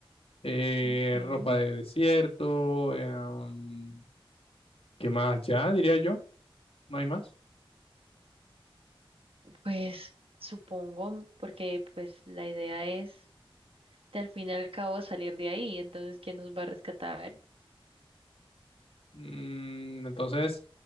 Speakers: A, on the left (about 75°); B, on the right (about 75°).
A: Eh,
B: Ujú,
A: ropa de desierto, eh, um, ¿qué más? Ya diría yo, no hay más.
B: Pues supongo, porque pues la idea es de al fin y al cabo salir de ahí, entonces ¿quién nos va a rescatar?
A: Mm, entonces,